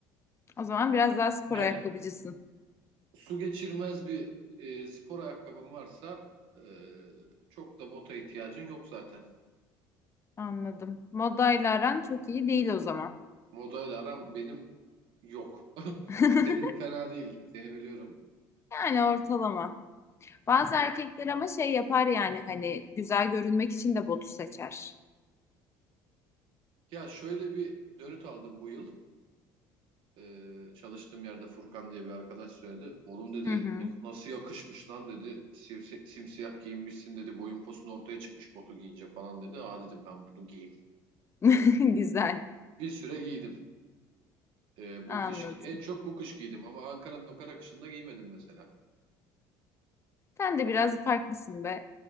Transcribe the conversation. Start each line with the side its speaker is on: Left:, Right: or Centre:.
Left: O zaman biraz daha spor
Right: Yani
Left: ayakkabıcısın.
Right: su geçirmez bir e, spor ayakkabın varsa e, çok da bota ihtiyacın yok zaten.
Left: Anladım. Modayla aran çok iyi değil o zaman.
Right: Modayla aram benim yok. <laughs>
Left: <laughs>
Right: Senin fena değil. Seni biliyorum.
Left: Yani ortalama. Bazı erkekler ama şey yapar yani hani güzel görünmek için de botu seçer.
Right: Ya şöyle bir dönüt aldım bu yıl. Ee, çalıştığım yerde Furkan diye bir arkadaş söyledi. Oğlum dedi
Left: Hı hı.
Right: "ne- nasıl yakışmış lan dedi. Simsi- simsiyah giyinmişsin dedi. Boyun posun ortaya çıkmış botu giyince falan dedi. Aa dedim ben bunu giyeyim.
Left: <laughs> Güzel.
Right: Bir süre giydim. Ee,
Left: Anladım.
Right: bu kış gi- en çok bu kış giydim ama Ankara'nın o kara kışında giymedim mesela.
Left: Sen de biraz farklısın be.